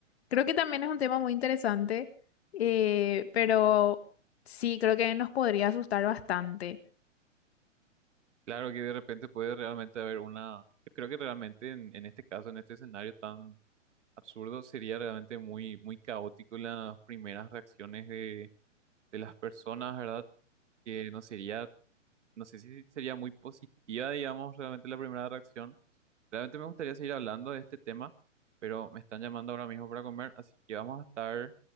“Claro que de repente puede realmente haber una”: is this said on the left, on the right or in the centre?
Right